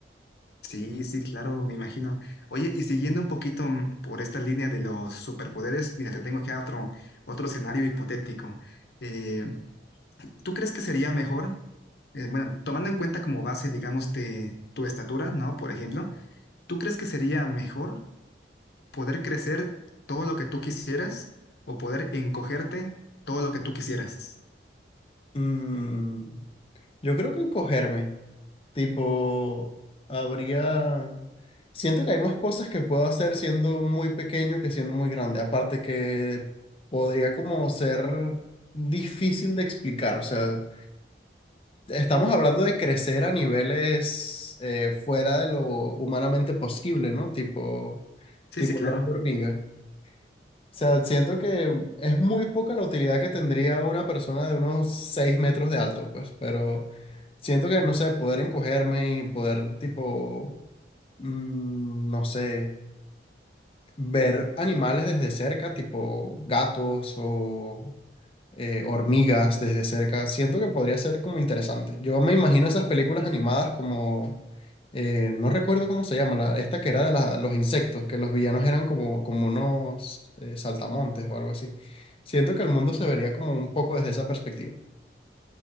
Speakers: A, on the left; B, on the left.
A: Sí, sí, claro, me imagino. Oye, y siguiendo un poquito mm, por esta línea de los superpoderes, mira, te tengo acá otro, otro escenario hipotético. Eh, ¿tú crees que sería mejor, eh, bueno, tomando en cuenta como base, digamos, de tu estatura, ¿no? Por ejemplo, ¿tú crees que sería mejor poder crecer todo lo que tú quisieras o poder encogerte todo lo que tú quisieras?
B: Mm, Yo creo que encogerme, tipo, habría... Siento que hay más cosas que puedo hacer siendo muy pequeño que siendo muy grande. Aparte que podría como ser difícil de explicar. O sea, estamos hablando de crecer a niveles eh, fuera de lo humanamente posible, ¿no? Tipo,
A: Sí,
B: tipo
A: sí, claro.
B: la hormiga. O sea, siento que es muy poca la utilidad que tendría una persona de unos 6 metros de alto, pues, pero siento que, no sé, poder encogerme y poder, tipo, mm, no sé ver animales desde cerca, tipo gatos o eh, hormigas desde cerca, siento que podría ser como interesante. Yo me imagino esas películas animadas como, eh, no recuerdo cómo se llama, la, esta que era de la- los insectos, que los villanos eran como, como unos eh, saltamontes o algo así. Siento que el mundo se vería como un poco desde esa perspectiva.